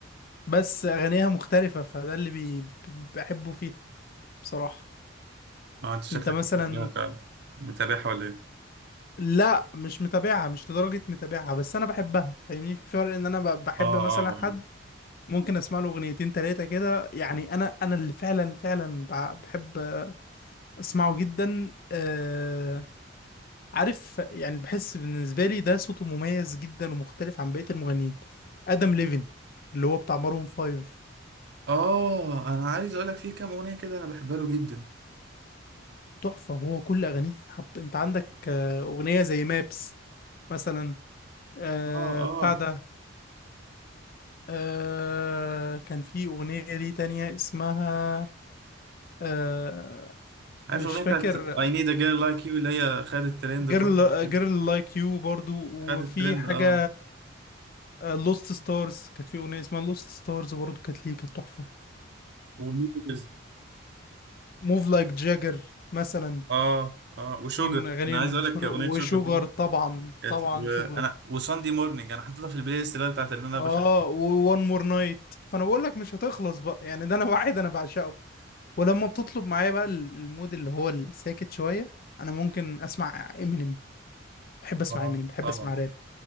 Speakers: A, on the left; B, on the right.
A: بس اغانيها مختلفة فده اللي بي ب- بحبه فيه بصراحة
B: اه انت شكلك
A: انت مثلا
B: بتحبها فعلا متابعها ولا ايه
A: لا مش متابعها مش لدرجة متابعها بس انا بحبها فاهمني في فرق ان انا ب- بحب
B: اه
A: مثلا حد
B: اه
A: ممكن اسمع له اغنيتين تلاتة كده يعني انا انا اللي فعلا فعلا بع- بحب اسمعه جدا آه عارف يعني بحس بالنسبة لي ده صوته مميز جدا ومختلف عن بقية المغنيين ادم ليفن اللي هو بتاع مارون فايف
B: اه آه، انا عايز اقول لك في كام اغنيه كده انا بحبها له جدا
A: تحفة هو كل اغانيه تتحب انت عندك آه اغنية زي مابس مثلا آه
B: اه اه
A: بتاع ده آه كان في اغنية ليه تانية اسمها آه
B: عارف
A: مش
B: الاغنيه
A: فاكر
B: بتاعت I need a girl like you اللي هي خدت ترند
A: جيرل
B: فتره كده
A: جيرل لايك يو برضو وفي
B: خدت ترند
A: حاجة
B: اه
A: لوست ستارز كانت في أغنية اسمها لوست ستارز برضو كانت ليه كانت تحفة
B: وميترز
A: موف لايك جاجر مثلا
B: اه اه وشوجر
A: دي من أغاني
B: انا
A: المشهورة
B: عايز اقول لك اغنيه
A: وشوجر
B: شوجر دي
A: طبعا
B: كانت
A: طبعا شوجر
B: انا وساندي مورنينج انا حطيتها في البلاي ليست اللي أنا بتاعت اللي انا
A: اه
B: بشغل
A: وون مور نايت فانا بقول لك مش هتخلص بقى يعني ده انا <laughs> واحد انا بعشقه ولما بتطلب معايا بقى ال- المود اللي هو الساكت شوية انا ممكن اسمع امينيم بحب اسمع
B: اه
A: امينيم بحب
B: طبعا
A: اسمع راب